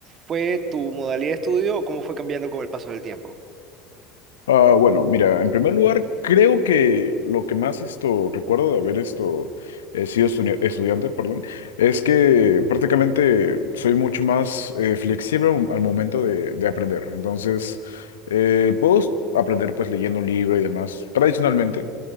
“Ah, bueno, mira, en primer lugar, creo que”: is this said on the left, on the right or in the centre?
Left